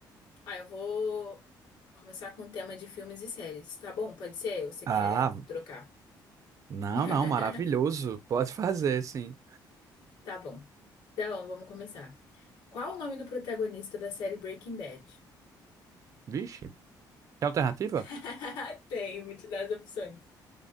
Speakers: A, on the left (about 80°); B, on the right (about 45°).
A: Ah, eu vou começar com o tema de filmes e séries, tá bom? Pode ser? Ou Você
B: Ah,
A: quer trocar?
B: não,
A: <laughs>
B: não, maravilhoso. Pode fazer, sim.
A: Tá bom. Então, vamos começar. Qual o nome do protagonista da série Breaking Bad?
B: Vixe, tem alternativa?
A: <laughs> Tem, vou te dar as opções.